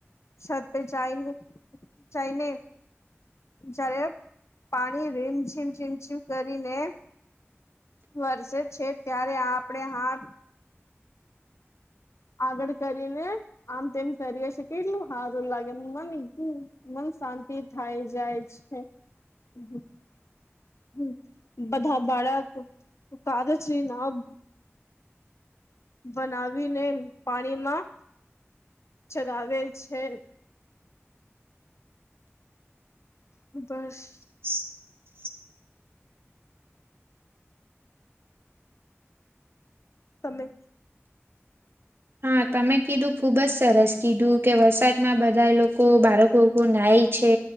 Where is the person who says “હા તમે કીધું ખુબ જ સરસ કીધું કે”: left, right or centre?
Right